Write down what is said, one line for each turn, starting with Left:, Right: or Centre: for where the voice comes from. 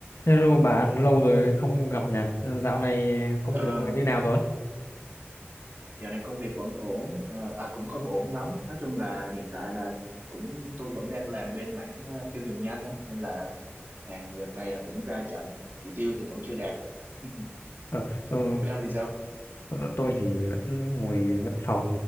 Left: Hello bạn, lâu rồi không gặp nhỉ. Dạo này công
Right: Ờ,
Left: việc như nào rồi?
Right: dạo này công việc vẫn ổn, Ờ, à cũng không ổn lắm. Nói chung là hiện tại là cũng tôi vẫn đang làm bên mảng ờ, tiêu dùng nhanh á, nên là hàng việc này là cũng ra chậm, chỉ tiêu thì vẫn chưa đạt. <laughs>
Left: Ờ, ừ,
Right: Bên ông thì sao?
Left: còn tôi thì vẫn ngồi văn phòng,